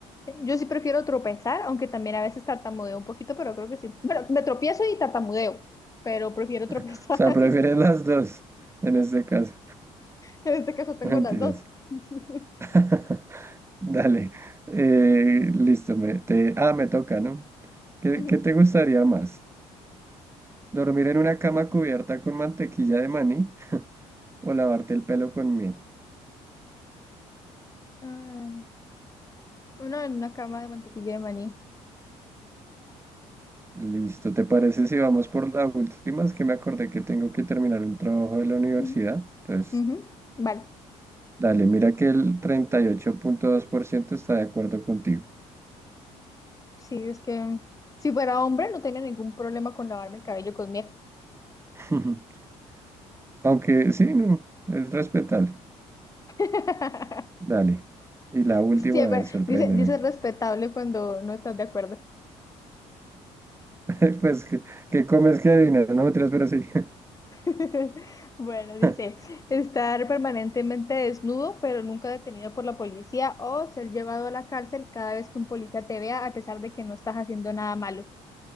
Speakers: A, on the left; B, on the right.
A: Yo sí prefiero tropezar, aunque también a veces tartamudeo un poquito, pero creo que sí. Bueno, me tropiezo y tartamudeo, pero prefiero tropezar.
B: O sea,
A: <laughs>
B: prefieres las dos en este caso.
A: En este caso tengo
B: Mentiras.
A: las dos. <laughs>
B: <laughs> Dale. Eh, listo. Me, te, ah, me toca, ¿no? ¿Qué,
A: Ujú.
B: qué te gustaría más? ¿Dormir en una cama cubierta con mantequilla de maní o lavarte el pelo con miel?
A: Ah, uno en una cama de mantequilla de maní.
B: Listo. ¿Te parece si vamos por la última? Es que me acordé que tengo que terminar un trabajo de la universidad.
A: Ujú,
B: Entonces,
A: ujú, Vale,
B: dale, mira que el treinta y ocho punto dos por ciento está de acuerdo contigo.
A: sí, es que mm, si fuera hombre no tenía ningún problema con lavarme el cabello con miel.
B: <laughs> Aunque sí, no, es respetable.
A: <laughs>
B: Dale. Y la última,
A: Dice, siempre-
B: a ver, sorpréndeme.
A: dice, dice respetable cuando no estás de acuerdo.
B: <laughs> Pues, ¿qué, qué comes que adivinas? No me tiras, pero sí.
A: <laughs> Bueno, dice,
B: <laughs>
A: estar permanentemente desnudo, pero nunca detenido por la policía, o ser llevado a la cárcel cada vez que un policía te vea, a pesar de que no estás haciendo nada malo.